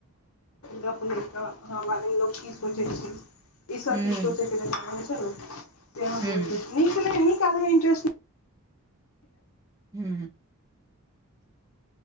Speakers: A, on the left; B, on the right.
A: गप ले के अहा बारे मे लोग की सोचे छै ई सब
B: हूँ
A: चीज सोचे इेस्
B: हूँ
A: <unintelligible>
B: हू